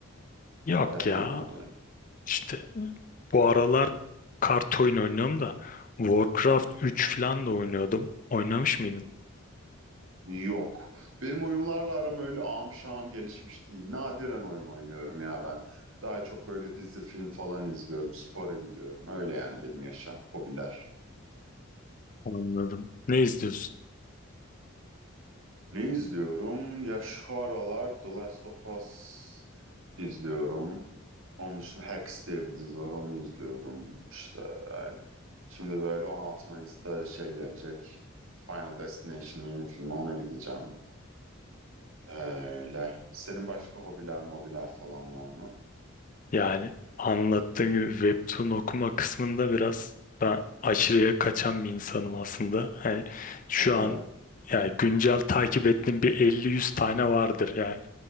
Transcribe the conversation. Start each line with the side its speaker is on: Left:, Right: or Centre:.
Left: Yok
Right: başka
Left: ya
Right: oyunlarda oynuyorsun?
Left: İşte bu aralar kart oyunu oynuyorum da Warcraft 3 falan da oynuyordum. Oynamış mıydın?
Right: Yok. Benim oyunlarla aram öyle ağam şahım gelişmiş değil. Nadiren oyun oynuyorum ya ben. Daha çok böyle dizi, film falan izliyorum. Spora gidiyorum. Öyle yani benim yaşam, hobiler.
Left: Anladım. Ne izliyorsun?
Right: Ne izliyorum? Ya şu aralar The Last of Us izliyorum. Onun dışında Hacks diye bir dizi var. Onu izliyorum. İşte öyle. Şimdi böyle 16 Mayıs'ta şey gelecek. Final Destination'ın yeni filmi. Ona gideceğim. Öyle. Senin başka hobiler, mobiler falan var mı?
Left: Yani anlattığım gibi webtoon okuma kısmında biraz ben aşırıya kaçan bir insanım aslında. Hani şu
Right: Hadi ya.
Left: an yani güncel takip ettiğim bir 50-100 tane vardır yani.